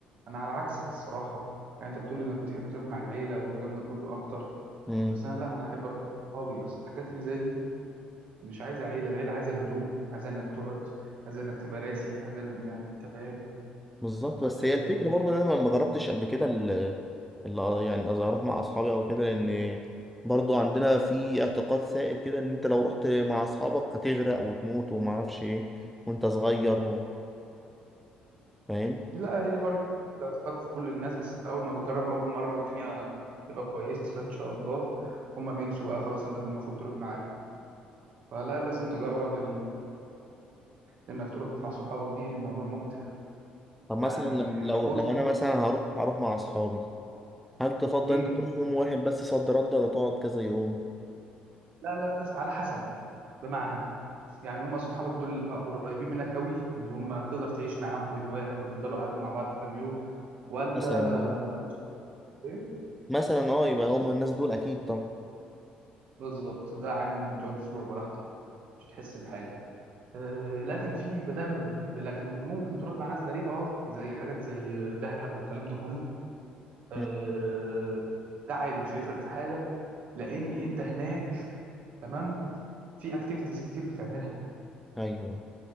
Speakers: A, on the right; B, in the centre.
A: انا على عكسك الصراحه يعني انت بتقول انك بتحب تروح مع العيله والكلام ده كله اكتر
B: مم.
A: بس انا لا انا احب اروح مع صحابي اصل الحاجات اللي زي دي مش عايزه عيله العيله عايزه الهدوء عايزه انك تقعد عايزه انك تبقى راسي عايزه إن- يعني انت فاهم
B: بالظبط بس
A: أه...
B: هي الفكرة برضو ان انا ما ما جربتش قبل كده ال- ال- يعني قصدي اروح مع اصحابي او كده لان برضو عندنا في اعتقاد سائد كده ان انت لو رحت مع اصحابك هتغرق وتموت وما اعرفش ايه وانت صغير و- فاهم
A: لا هي برضه الاعتقاد في كل الناس بس اول ما بتجرب اول مره والدنيا تبقى كويسه ان شاء الله هما بينسوا بقى خلاص انك المفروض تروح معاهم فلا لازم تجرب انك تروح مع صحابك دي موضوع ممتع
B: طب مثلا
A: يعني
B: ل- لو
A: فرصه
B: لو انا مثلا هروح هروح مع اصحابي هل تفضل
A: مم.
B: انت تروح يوم واحد بس صد رد ولا تقعد كذا يوم
A: لا لا أز- على حسب بمعنى يعني هم صحابك دول قريبين منك قوي اللي هم تقدر تعيش معاهم في بيت واحد وتفضلوا قاعدين مع بعض كام يوم ولا
B: مثلا
A: ايه
B: مثلا اه يبقى هم الناس دول اكيد طبعا
A: بالظبط ده عادي ممكن تقعد اسبوع براحتك مش هتحس بحاجه أه لكن في بدل لكن ممكن تروح مع ناس غريبه اه زي حاجات زي دهب والكلام ده كله أه
B: مم.
A: ده عادي مش هيفرق في حاجه لان انت هناك تمام في اكتيفيتيز كتير بتعملها
B: ايوه